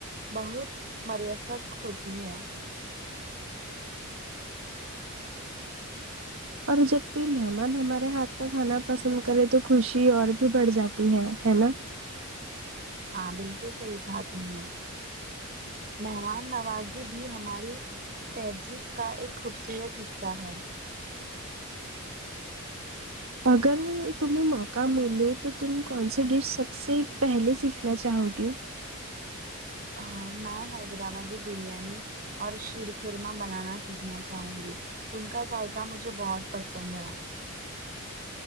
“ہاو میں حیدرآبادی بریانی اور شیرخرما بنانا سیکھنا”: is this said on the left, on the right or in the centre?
Right